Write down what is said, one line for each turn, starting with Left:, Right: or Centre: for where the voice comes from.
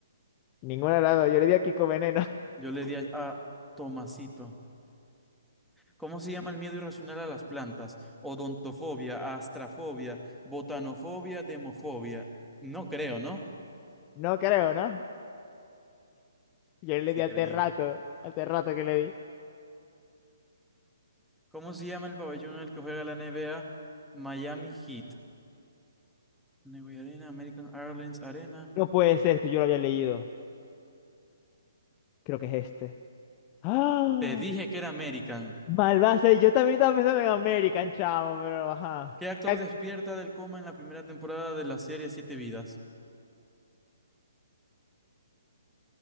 Left: Ninguna de las dos. Yo le di a Kiko Veneno. <laughs>
Centre: Yo le di a, a Tomasito. ¿Cómo se llama el miedo irracional a las plantas? Odontofobia, astrafobia, botanofobia, demofobia. No creo, ¿no?
Left: No creo, ¿no? Yo le
Centre: Sí
Left: di hace
Centre: creí.
Left: rato. Hace rato que le di.
Centre: ¿Cómo se llama el pabellón en el que juega la NBA? Miami Heat. Neway Arena, American Airlines Arena.
Left: No puede ser esto, yo lo había leído. Creo que es este. ¡Ah!
Centre: Te dije que era American.
Left: Malvase, yo también estaba pensando en American, chavo, pero ajá.
Centre: ¿Qué actor
Left: Ac-
Centre: despierta del coma en la primera temporada de la serie Siete Vidas?